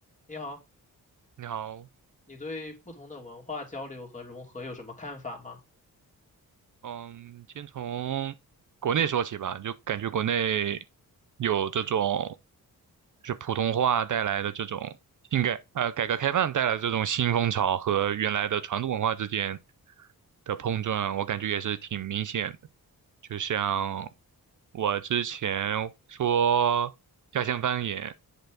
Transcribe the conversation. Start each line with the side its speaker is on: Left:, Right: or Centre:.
Left: 你好，
Right: 你好，
Left: 你对不同的文化交流和融合有什么看法吗？
Right: 嗯，先从国内说起吧，就感觉国内有这种，就是普通话带来的这种应该呃，改革开放带来的这种新风潮和原来的传统文化之间的碰撞，我感觉也是挺明显的。就像我之前说家乡方言，